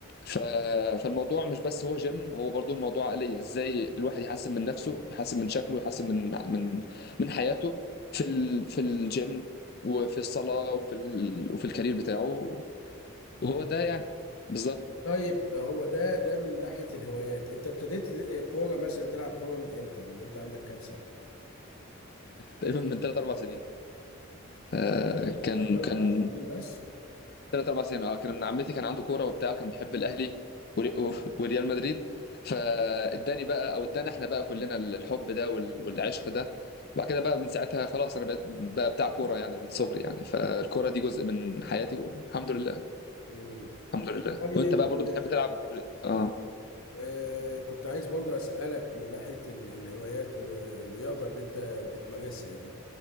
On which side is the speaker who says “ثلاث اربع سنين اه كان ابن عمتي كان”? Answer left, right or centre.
Left